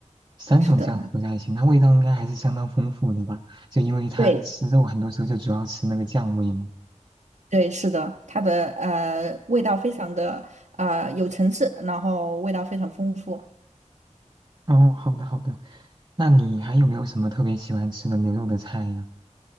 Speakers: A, on the right (about 30°); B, on the right (about 70°).
A: 三种酱合在一起，
B: 是的呢，
A: 那味道应该还是相当丰富的吧？就因为它吃肉很多时候就主要吃那个酱味嘛。
B: 对对，是的，它的呃味道非常的呃有层次，然后味道非常丰富。
A: 哦，好的好的，那你还有没有什么特别喜欢吃的牛肉的菜呀？